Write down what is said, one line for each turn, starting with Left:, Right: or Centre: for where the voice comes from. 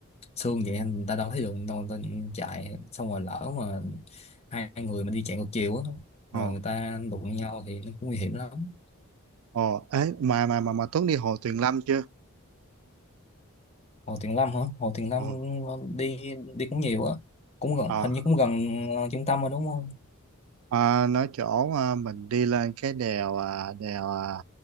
Left: sương vậy người ta đâu thấy đường đâu người ta chạy xong rồi lỡ mà hai người mà đi chạy ngược chiều á rồi
Right: ồ,
Left: người ta đụng nhau thì nó cũng nguy hiểm lắm
Right: ồ, ấy mà mà mà mà Tuấn đi Hồ Tuyền Lâm chưa?
Left: Hồ Tuyền Lâm hả? Hồ Tuyền Lâm
Right: Ồ,
Left: ờ, đi đi cũng nhiều á, cũng gần,
Right: ờ,
Left: hình như cũng gần ờ, trung tâm rồi đúng không?
Right: à, nói chỗ à, mình đi lên cái đèo à, đèo à,